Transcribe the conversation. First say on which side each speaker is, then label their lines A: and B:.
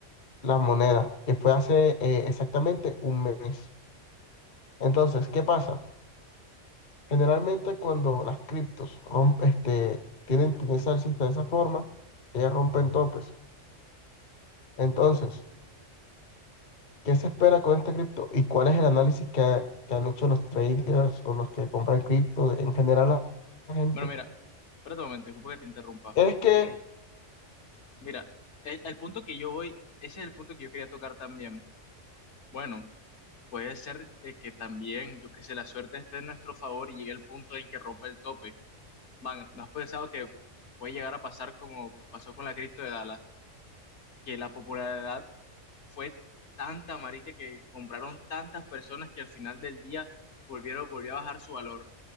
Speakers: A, on the left; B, on the left.
A: la moneda, que fue hace eh, exactamente un mes. Entonces, ¿qué pasa? Generalmente cuando las criptos rompen, este, tienen tendencia alcista de esa forma, ellas rompen topes. Entonces, ¿qué se espera con esta cripto y cuál es el análisis que, ha- que han hecho los traders o los que compran cripto en general la gente?
B: Bueno, mira, espérate un momento, disculpa que te interrumpa.
A: Es que
B: Mira, el, el punto que yo voy, ese es el punto que yo quería tocar también. Bueno, puede ser de que también, yo qué sé, la suerte esté en nuestro favor y llegue el punto en que rompa el tope. Man, ¿no has pensado que puede llegar a pasar como pasó con la cripto de Dallas? que la popularidad fue tanta, marica, que compraron tantas personas que al final del día volvieron, volvió a bajar su valor.